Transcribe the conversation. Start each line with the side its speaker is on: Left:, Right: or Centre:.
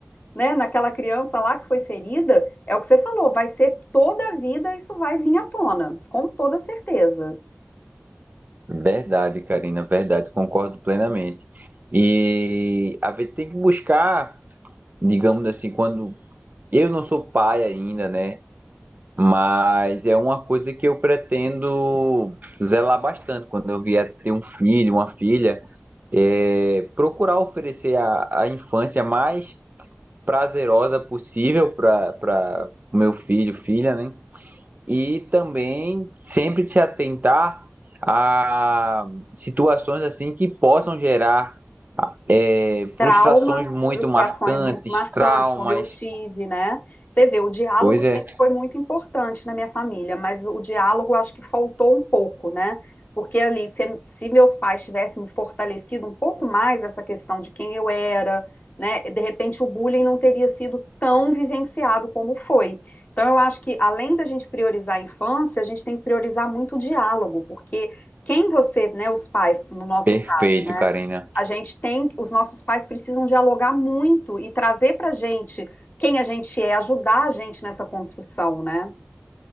Left: né, naquela criança lá que foi ferida, é o que você falou, vai ser toda a vida isso vai vir à tona, com toda certeza.
Right: Verdade, Karina, verdade, concordo plenamente. E a gente tem que buscar, digamos assim, quando eu não sou pai ainda, né? Mas é uma coisa que eu pretendo zelar bastante quando eu vier ter um filho, uma filha, é procurar oferecer a, a infância mais prazerosa possível para para meu filho, filha, né? e também sempre se atentar a situações assim que possam gerar é,
Left: traumas,
Right: frustrações muito
Left: frustrações
Right: marcantes,
Left: muito marcantes,
Right: traumas.
Left: como eu tive, né? Você vê, o diálogo
Right: Pois
Left: sempre
Right: é,
Left: foi muito importante na minha família, mas o diálogo acho que faltou um pouco, né? Porque ali, se, se meus pais tivessem fortalecido um pouco mais essa questão de quem eu era, né? De repente o bullying não teria sido tão vivenciado como foi. Então eu acho que além da gente priorizar a infância, a gente tem que priorizar muito o diálogo, porque quem você, né, os pais, no nosso
Right: perfeito,
Left: caso, né?
Right: Karina.
Left: A gente tem, os nossos pais precisam dialogar muito e trazer para a gente quem a gente é, ajudar a gente nessa construção, né?